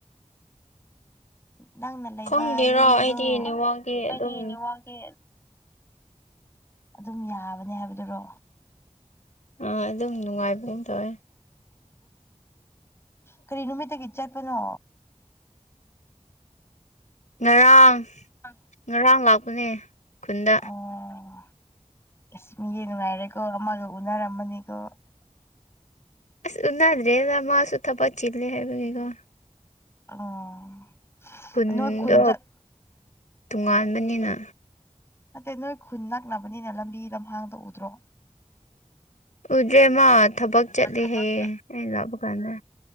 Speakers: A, on the left; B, on the left.
A: ꯅꯪꯅ ꯂꯩꯕ
B: ꯈꯪꯗꯦꯔꯣ
A: ꯌꯨꯝꯗꯣ
B: ꯑꯩꯗꯤ ꯅꯦꯠꯋꯥꯛꯇꯤ
A: ꯑꯩꯗꯤ
B: ꯑꯗꯨꯝ
A: ꯅꯦꯋꯥꯛ ꯀꯤ ꯑꯗꯨꯝ ꯌꯥꯕꯅꯦ ꯍꯥꯏꯕꯗꯨꯔꯣ
B: ꯑꯥ ꯑꯗꯨꯝ ꯅꯨꯡꯉꯥꯏꯕꯒꯨꯝ ꯇꯧꯋꯦ
A: ꯀꯔꯤ ꯅꯨꯃꯤꯇꯒꯤ ꯆꯠꯄꯅꯣ
B: ꯉꯔꯥꯡ
A: ꯑ
B: ꯉꯔꯥꯡ ꯂꯥꯛꯄꯅꯦ ꯈꯨꯟꯗ
A: ꯑꯣ ꯑꯁ ꯃꯤꯗꯤ ꯅꯨꯡꯉꯥꯏꯔꯦꯀꯣ ꯑꯃꯒ ꯎꯅꯔꯝꯃꯅꯤꯀꯣ
B: ꯑꯁ ꯎꯅꯥꯗ꯭ꯔꯦꯗꯥ ꯃꯥꯁꯨ ꯊꯕꯛ ꯆꯤꯜꯂꯦ ꯍꯥꯏꯕꯅꯤꯀꯣ
A: ꯑꯣ
B: ꯈꯨꯟꯗꯣ
A: ꯅꯣꯏ ꯈꯨꯟ ꯆꯠ
B: ꯇꯣꯉꯥꯟꯕꯅꯤꯅ
A: ꯅꯠꯇꯦ ꯅꯣꯏ ꯈꯨꯟ ꯅꯛꯅꯕꯅꯤꯅ ꯂꯝꯕꯤ ꯂꯝꯍꯥꯡꯗ ꯎꯗ꯭ꯔꯣ
B: ꯎꯗ꯭ꯔꯦ ꯃꯥ ꯊꯕꯛ ꯆꯠꯂꯦ
A: ꯊꯕꯛ
B: ꯍꯌꯦ ꯑꯩꯅ ꯂꯥꯛꯄ ꯀꯥꯟꯗ